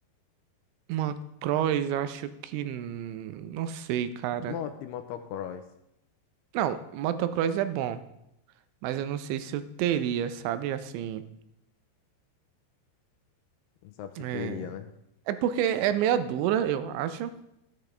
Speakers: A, on the right; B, on the left.
A: motocross acho que. hum, Não sei, cara.
B: Moto de motocross.
A: Não, motocross é bom, mas eu não sei se eu teria, sabe? Assim.
B: Não sabe se
A: É,
B: teria, né?
A: é porque é meia dura, eu acho,